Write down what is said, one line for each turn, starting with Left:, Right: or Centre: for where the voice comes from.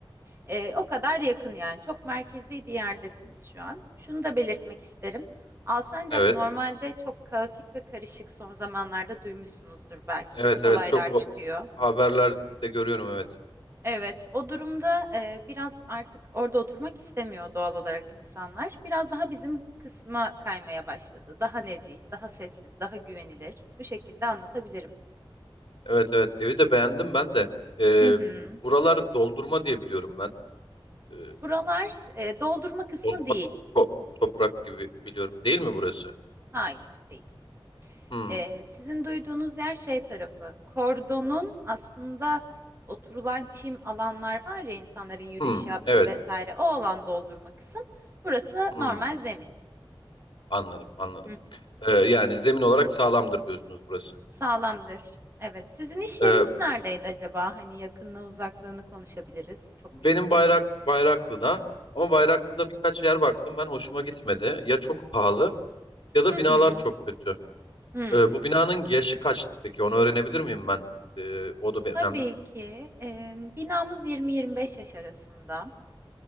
Right: Ee, o kadar yakın yani. Çok merkezi bir yerdesiniz şu an. Şunu da belirtmek isterim. Alsancak
Left: Evet.
Right: normalde çok kaotik ve karışık son zamanlarda duymuşsunuzdur belki.
Left: Evet
Right: Çok
Left: evet
Right: olaylar
Left: çok o
Right: çıkıyor.
Left: haberlerde görüyorum evet.
Right: Evet, o durumda e, biraz artık orada oturmak istemiyor doğal olarak insanlar. Biraz daha bizim kısma kaymaya başladı. Daha nezih, daha sessiz, daha güvenilir. Bu şekilde anlatabilirim.
Left: Evet evet evi de beğendim ben de. Ee,
Right: Hı hı.
Left: buralar doldurma diye biliyorum ben. Ee,
Right: Buralar e, doldurma kısmı
Left: doldurma
Right: değil.
Left: to- toprak gibi biliyorum. Değil mi burası?
Right: Hayır, değil.
Left: Hmm,
Right: Ee, sizin duyduğunuz yer şey tarafı, kordonun aslında oturulan çim alanlar var ya insanların yürüyüş
Left: hmm,
Right: yaptığı
Left: evet.
Right: vesaire o alan doldurma kısım. Burası
Left: Hmm,
Right: normal zemin.
Left: anladım anladım.
Right: Hı hı.
Left: Ee, yani zemin olarak sağlamdır diyorsunuz burası.
Right: Sağlamdır. Evet. Sizin iş yeriniz
Left: Ee,
Right: neredeydi acaba? Hani yakınlığı uzaklığını konuşabiliriz. Çok
Left: benim
Right: bilmiyorsunuz.
Left: bayrak Bayraklı'da ama Bayraklı'da birkaç yer baktım ben hoşuma gitmedi. Ya çok pahalı ya da
Right: Hı hı.
Left: binalar çok kötü.
Right: Hmm.
Left: Ee, bu binanın yaşı kaçtı peki? Onu öğrenebilir miyim ben? Ee, o da
Right: Tabii
Left: bir önemli çünkü.
Right: ki. Ee, binamız 20-25 yaş arasında.